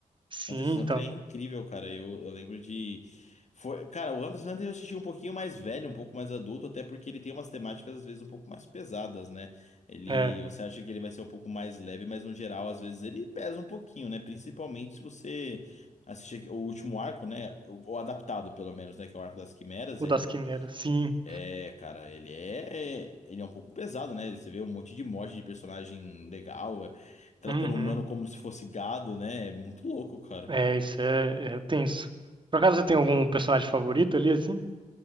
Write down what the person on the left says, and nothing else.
Hunter x
Hunter é incrível, cara. Eu, eu lembro de. Foi... Cara, o Hunter x Hunter eu assisti um pouquinho mais velho, um pouco mais adulto, até porque ele tem umas temáticas, às vezes, um pouco mais pesadas, né? Ele.
Você acha que ele vai ser um pouco mais leve, mas no geral, às vezes, ele pesa um pouquinho, né? Principalmente se você assistir o último arco, né? Ou adaptado, pelo menos, né? Que é o arco das quimeras.
Ele
é, cara, ele é. Ele é um pouco pesado, né? Você vê um monte de morte de personagem legal, é, tratando
o humano como se fosse gado, né? É muito louco, cara.